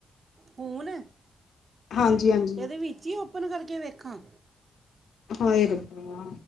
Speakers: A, on the right; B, on the left.
A: ਹੁਣ
B: ਹਾਂਜੀ-ਹਾਂਜੀ
A: ਏਦੇ ਵਿੱਚ ਈ ਓ ਪਨ ਕਰਕੇ ਵੇਖਾਂ
B: ਹਾਂਏ ਰੱਬਾ